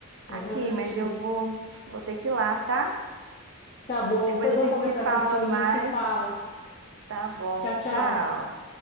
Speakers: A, on the right; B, on the left.
A: Aqui,
B: É exatamente
A: mas
B: isso.
A: eu vou vou ter que ir lá, tá?
B: Tá bom,
A: Depois
B: foi bom
A: a gente
B: conversar
A: se fala
B: contigo,
A: mais.
B: a gente se fala.
A: Tá bom,
B: Tchau, tchau.
A: tchau.